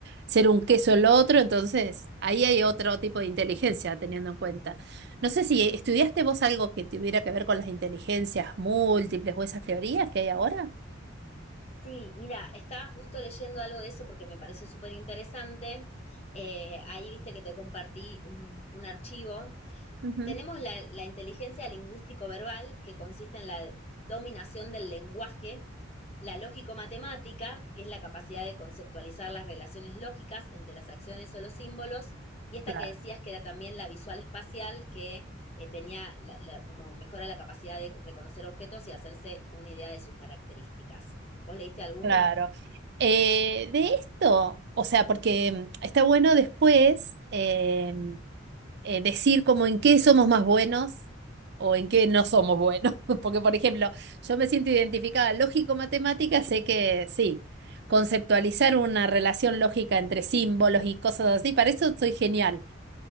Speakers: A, on the right; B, on the left.
A: ser un queso el otro, entonces ahí hay otro tipo de inteligencia teniendo en cuenta. No sé si estudiaste vos algo que tuviera que ver con las inteligencias múltiples o esas teorías que hay ahora.
B: Sí, mira, estaba justo leyendo algo de eso porque me pareció súper interesante. Eh, ahí viste que te compartí un, un archivo
A: Ujú.
B: tenemos la, la inteligencia lingüístico-verbal, que consiste en la dominación del lenguaje, la lógico-matemática, que es la capacidad de conceptualizar las relaciones lógicas entre las acciones o los símbolos, y esta
A: Claro.
B: que decías que era también la visual-espacial, que eh, tenía la, la, como mejora la capacidad de reconocer objetos y hacerse una idea de sus características. ¿Vos leíste alguna?
A: Claro. Eh, de esto, o sea, porque mm, está bueno después eh, eh, decir como en qué somos más buenos o en qué no somos buenos. <laughs> Porque, por ejemplo, yo me siento identificada lógico-matemática, sé que sí, conceptualizar una relación lógica entre símbolos y cosas así, para eso soy genial.